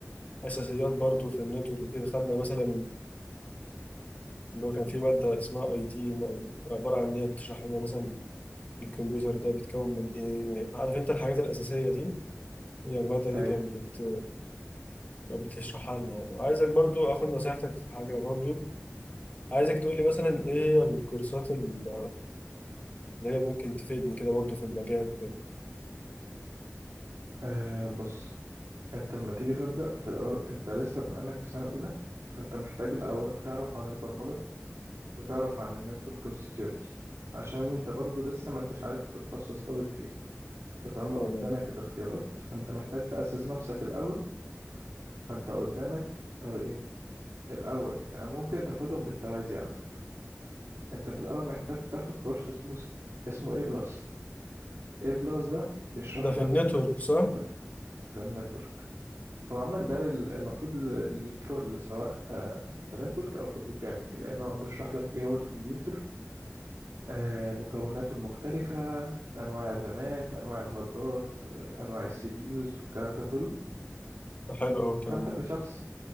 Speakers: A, on the left; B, on the right.
A: اساسيات برضو في النتورك وكده خدنا مثلا اللي هو كان في ماده اسمها اي تي عباره عن ان هي بتشرح لنا مثلا الكمبيوتر ده بيتكون من ايه عارف انت الحاجات الاساسيه دي هي الماده دي
B: ايوه
A: كانت بت كانت بتشرحها لنا يعني وعايزك برضو اخد نصيحتك في حاجه برضو عايزك تقول لي مثلا ايه هي الكورسات ال- اللي هي ممكن تفيدني كده برضو في المجال وكده
B: أه بص انت لما تيجي تبدأ في الأول انت لسه بما انك في سنة اولى فانت محتاج الاول تعرف عن البرمجة وتعرف عن النتورك والسكيورتي عشان انت برضو لسه ما انتش عارف هتتخصص قوي في ايه انت طالما
A: تمام.
B: قدامك الاختيارات فانت محتاج تأسس نفسك الأول فانت قدامك طريقين الأول يعني ممكن تاخدهم بالتوازي على فكرة انت في الأول محتاج تاخد كورس اسمه س- اسمه A بلس A بلس ده بيشرح
A: ده في
B: لك
A: النتورك صح؟
B: ال- في النتورك هو عموما ده ال- المفروض لل- للكل سواء آه، في نتورك أو في بروجرامنج لأنه بيشرح لك إيه هو الكمبيوتر آه، مكوناته المختلفة أنواع الرامات أنواع الهاردات آه، أنواع السي بي يوز والكلام ده كله
A: ده حلو أوي الكلام
B: فأنت كشخص
A: ده